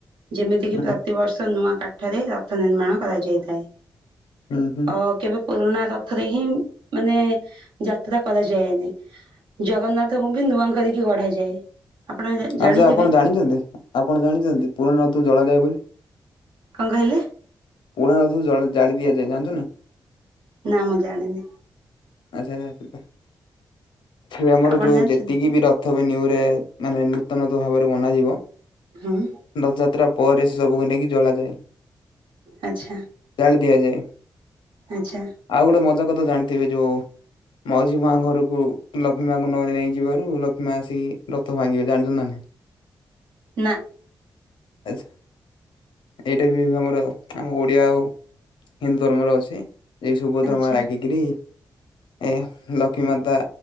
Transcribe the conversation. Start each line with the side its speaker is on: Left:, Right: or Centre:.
Right: ଯେମିତି କିି
Left: ହୁଁ
Right: ପ୍ରତିବର୍ଷ ନୂଆ କାଠରେ ରଥ ନିର୍ମାଣ କରାଯାଇଥାଏ।
Left: ହୁଁ ହୁଁ।
Right: ଅ କେବେ ପୁରୁଣା ରଥରେ ହିଁ ମାନେ ଯାତ୍ରା କରାଯାଏନି? ଜଗନ୍ନାଥଙ୍କୁ ବି ନୂଆ କରିକି ଗଢାଯାଏ। ଆପଣ ଜା ଜାଣିଥିବେ
Left: ଆଚ୍ଛା ଆପଣ ଜାଣିଚନ୍ତି ଆପଣ ଜାଣିଚନ୍ତି ପୁରଣା ରଥକୁ ଜଳାଯାଏ ବୋଲି?
Right: କଁ କହିଲେ?
Left: ପୂରୁଣା ରଥକୁ ଜଳା ଜାଳି ଦିଆଯାଏ ଜାଣିଚନି
Right: ନା ମୁଁ ଜାଣିନି।
Left: <unintelligible> ସେ ଆମର
Right: ଆପଣ
Left: ଯୋଉ
Right: ଜାଣିଛନ୍ତି?
Left: ଯେତିକି ବି ରଥ ବି ନ୍ୟୁରେ ମାନେ ନୂତନତ ଭାବରେ ବନାଯିବ
Right: ହୁଁ
Left: ରଥଯାତ୍ରା ପରେ ସେ ସବୁକୁ ନେଇକି ଜଳାଯାଏ।
Right: ଆଚ୍ଛା
Left: ଜାଳି ଦିଆଯାଏ
Right: ଆଚ୍ଛା
Left: ଆଉ ଗୋଟେ ମଜା କ ଜାଣିଥିବେ ଯୋଉ ମାଉସୀ ମା ଘରୁକୁ ଲକ୍ଷ୍ମୀମାଙ୍କୁ ନେଇଯିବାରୁ ଲକ୍ଷ୍ମୀମା ଆସିକି ରଥ ଭାଙ୍ଗିବେ ଜାଣିଚନ୍ତି ନା ନାହଁ
Right: ନା
Left: ଆଚ୍ଛା। ଏଇଡ଼ାବି ବି ଆମର ଆମ ଓଡିଆ ଓ ହିନ୍ଦୁ ଧର୍ମର ଅଛି ଏଇ ସୁଭଦ୍ରା
Right: ଆଚ୍ଛା
Left: ମାଆ ରାଗିକିରି ଏଁ ଲକ୍ଷ୍ମୀ ମାତା